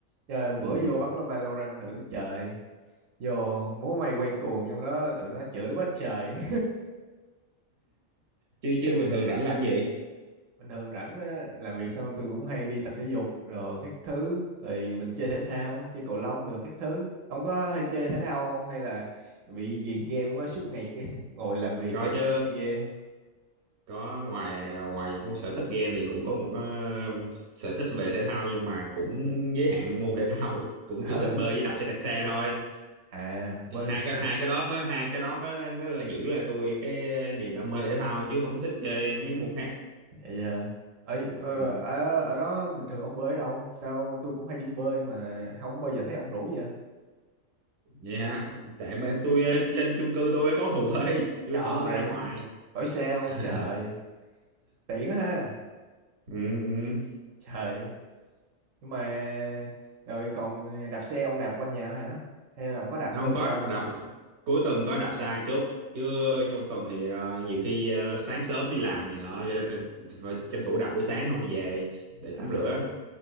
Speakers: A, on the right; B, on the right.
A: trời bữa
B: ừ.
A: vô bắn Valorant thử trời vô múa may quay cuồng trong đó tụi nó chửi quá trời
B: chưa chứ bình thường rảnh làm gì
A: bình thường rảnh á, làm việc xong tôi cũng hay đi tập thể dục rồi các thứ thì mình chơi thể thao chơi cầu lông được các thứ ông có hay chơi thể thao không hay là bị ghiền game quá suốt ngày cái <laughs> ngồi làm việc
B: có
A: rồi xong
B: chứ
A: rồi chơi game
B: có ngoài à, ngoài cũng sở thích game thì cũng có một ờ, sở thích về thể thao nhưng mà cũng giới hạn môn thể thao <laughs> cũng
A: <laughs>
B: tôi
A: ờ
B: thích bơi với đạp xe đạp xe thôi
A: à bơi
B: hai
A: được sao
B: cái hai cái đó mới hai cái đó mới mới là giữ lại tôi cái niềm đam mê thể thao chứ không có thích chơi mấy môn khác
A: vậy hả ấy ờ,
B: ừ.
A: ở ở đó bình thường ông bơi ở đâu sao tôi cũng hay đi bơi mà không bao giờ thấy ông rủ vậy
B: vậy hả tại bên tôi ờ, trên chung cư tôi có hồ bơi chứ
A: trời
B: tôi không có ra ngoài
A: hỏi sao
B: <laughs>
A: trời tiện ha
B: ừ, ừ.
A: trời nhưng mà rồi còn đạp xe ông đạp quanh nhà thôi hả hay là ông có đạp
B: không
A: đi đâu xa
B: có
A: không?
B: đạp cuối tuần có đạp xa chút chứ trong tuần thì ờ, nhiều khi ờ, sáng sớm đi làm này nọ cho nên phải tranh thủ đạp buổi sáng không về để
A: à
B: tắm rửa